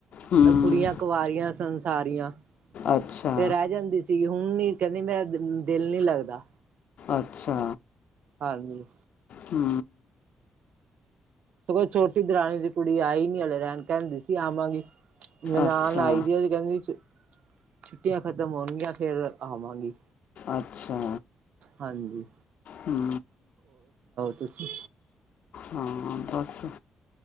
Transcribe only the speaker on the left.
ਹੂੰ
ਅੱਛਾ
ਅੱਛਾ
ਹੂੰ
ਅੱਛਾ
ਅੱਛਾ
ਹੂੰ
ਹਾਂ ਬਸ